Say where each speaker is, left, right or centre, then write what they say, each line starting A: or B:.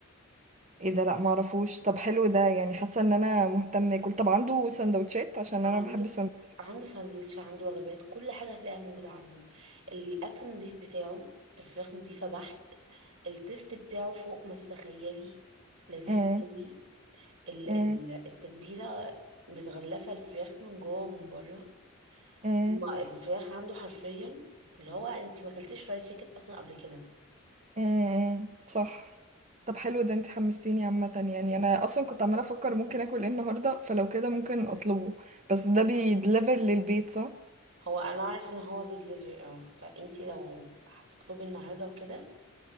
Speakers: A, on the right (about 35°); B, on the right (about 70°).
A: ايه ده لا معرفوش طب حلو ده يعني حاسه ان انا مهتمه اكل طب عنده سندوتشات عشان
B: عنده
A: انا بحب السندوتشات
B: عنده ساندويتش عنده وجبات كل حاجة هتلاقيها موجودة عنده الأكل نظيف بتاعه الفراخ نظيفة بحت التيست بتاعه فوق ما تتخيلي لذيذ
A: امم
B: قوي ال-
A: امم
B: ال- التتبيله متغلفه الفراخ من جوه ومن بره
A: امم
B: ما الفراخ عنده حرفيا اللي هو انت ما اكلتيش فرايد تشيكن اصلا قبل كده
A: امم صح طب حلو ده انت حمستيني عامه يعني انا اصلا كنت عماله افكر ممكن اكل ايه النهارده فلو كده ممكن اطلبه بس ده بيدليفر للبيت صح
B: هو انا عارف ان هو بيدليفري اه فانت لو هتطلبي النهارده وكده